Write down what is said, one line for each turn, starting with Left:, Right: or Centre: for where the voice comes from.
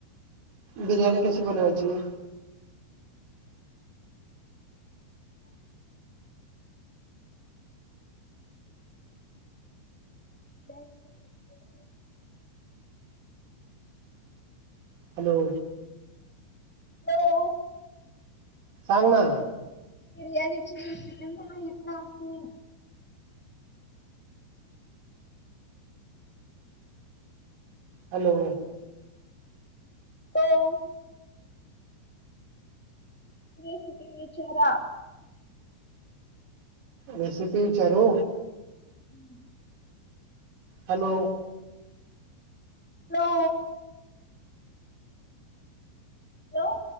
Right: बिरयाणी कशी बनवायची?
Centre: <inaudible>
Right: हॅलो!
Centre: हॅलो
Right: सांग ना?
Centre: बिर्याणीची रेसिपी माहित नाही.
Right: हॅलो!
Centre: हो. <unintelligible>
Right: रेसिपी विचारू?
Centre: हम्म.
Right: हॅलो.
Centre: हॅलो. हॅलो